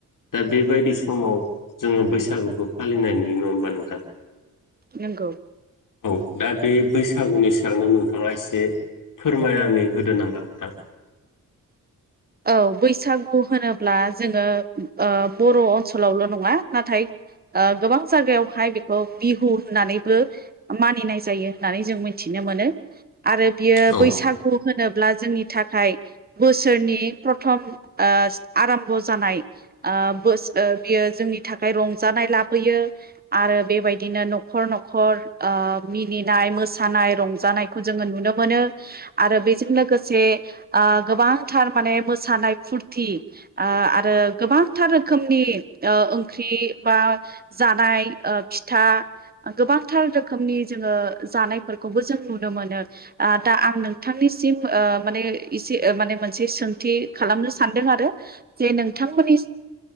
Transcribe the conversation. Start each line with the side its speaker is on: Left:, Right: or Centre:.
Left: दा बेबायदि समाव जोङो बैसागुखौ फालि न नङा हबा नोंथां
Right: नंगौ
Left: औ दा बे बैसागुनि सेरांनो नोंथाङा एसे फोरमायनानै होदो नामा नोंथां
Right: औ बैसागु होनोब्ला जोङो बर' ओनसोलावल' नङा नाथाय गोबां जायगायावहाय बेखौ बिहु होननानैबो मानिनाय जायो होननानै जों मिथिनो मोन आरो बियो
Left: औ
Right: बैसागु होनोब्ला जोंनि थाखाय बोसोरनि प्रथम आराम्भ जानाय बस बियो जोंनि थाखाय रंजानाय आरो बेबायदिनो न'खर न'खर मिनिनाय मोसानाय रंजानायखौ जोङो नुनो मोनो आरो बेजों लोगोसे गोबांथार माने मोसानाय फुरथि आरो गोबांथार रोखोमनि ओंख्रि बा जानाय फिथा गोबांथार रोखोमनि जोङो जानायफोरखौबो जों नुनो मोनो दा आं नोंथांनि मानसे माने मोनसे खालामनो सानदों आरो जे नोंथांमोननि